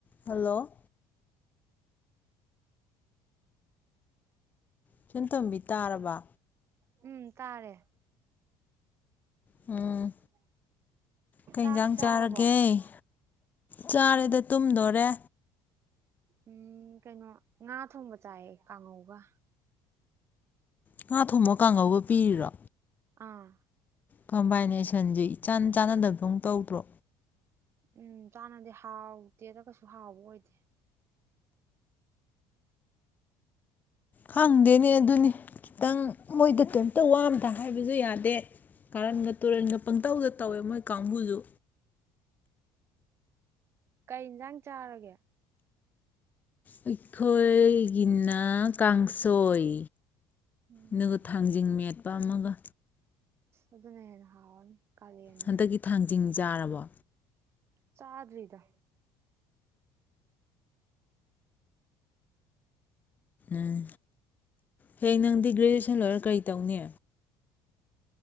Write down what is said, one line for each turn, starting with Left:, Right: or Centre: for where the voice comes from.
Left: ꯍꯜꯂꯣ꯫ ꯏꯆꯟ ꯇꯣꯝꯕꯤ ꯇꯥꯔꯕ꯫
Right: ꯎꯝ ꯇꯥꯔꯦ꯫ ꯌꯨꯝ
Left: ꯎꯝ
Right: ꯁꯦꯝꯕꯗꯅꯦ
Left: ꯀꯩ
Right: ꯆꯥꯛ
Left: ꯏꯟꯖꯥꯡ
Right: ꯆꯥꯔꯕꯣ꯫
Left: ꯆꯥꯔꯒꯦ ꯆꯥꯔꯦꯗ ꯇꯨꯝꯗꯣꯔꯦ꯫
Right: ꯎꯝ ꯀꯩꯅꯣ ꯉꯥ ꯊꯣꯡꯕ ꯆꯥꯏ ꯀꯥꯡꯒꯧꯒ꯫
Left: ꯉꯥ ꯊꯣꯡꯕ ꯀꯥꯡꯒꯧꯒ ꯄꯤꯔꯤꯔꯣ꯫
Right: ꯑꯥ꯫
Left: ꯀꯝꯕꯥꯏꯅꯦꯁꯟꯖꯦ ꯏꯆꯥꯟ ꯆꯥꯟꯅꯗꯕꯗꯧ ꯇꯧꯗ꯭ꯔꯣ꯫
Right: ꯎꯝ ꯆꯥꯟꯅꯗꯦ ꯍꯥꯎꯇꯦꯗ ꯀꯩꯁꯨ ꯍꯥꯎꯕ ꯑꯣꯏꯗꯦ꯫
Left: ꯍꯪꯗꯦꯅꯦ ꯑꯗꯨꯅꯤ꯫ ꯇꯪ ꯃꯣꯏꯗ <unintelligible> ꯇ ꯋꯥ ꯑꯃꯇ ꯍꯥꯏꯕꯖꯨ ꯌꯥꯗꯦ ꯀꯥꯔꯟꯒ ꯇꯨꯔꯟꯒ ꯄꯪꯇꯧꯗ ꯇꯧꯋꯦ ꯃꯣꯏ ꯀꯥꯡꯕꯨꯖꯨ꯫
Right: ꯀꯩ ꯏꯟꯖꯥꯡ ꯆꯥꯔꯒꯦ꯫
Left: ꯑꯩꯈꯣꯏꯒꯤꯅ ꯀꯥꯡꯁꯣꯏ꯫
Right: ꯎꯝ
Left: ꯅꯨ ꯊꯥꯡꯖꯤꯡ ꯃꯦꯠ ꯑꯃꯒ
Right: ꯑꯗꯨꯅ ꯍꯦꯟꯅ ꯍꯥꯎꯔꯅꯤ꯫ ꯀꯥꯂꯦꯟꯅꯤꯅ
Left: ꯍꯟꯗꯛꯀꯤ ꯊꯥꯡꯖꯤꯡ꯫ ꯆꯥꯔꯕꯣ꯫
Right: ꯆꯗꯔꯤꯗ꯫
Left: ꯎꯝ ꯍꯌꯦꯡ ꯅꯪꯗꯤ ꯒ꯭ꯔꯦꯖꯨꯑꯦꯁꯟ ꯂꯣꯏꯔ ꯀꯔꯤ ꯇꯧꯅꯤ꯫